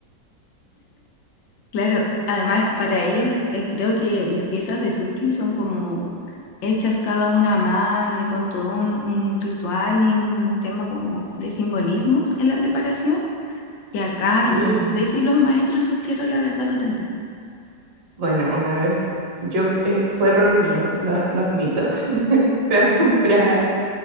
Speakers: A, on the left; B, on the right.
A: claro, además para ellos eh, creo que las piezas de sushi son como hechas cada una a mano y con todo un, un ritual y un tema como de simbolismos en la preparación. Y acá
B: Y
A: yo no sé si los maestros sucheros la verdad lo tendrán.
B: bueno, una vez fu- yo eh, fue error mío, lo, lo admito. <laughs> Fui a comprar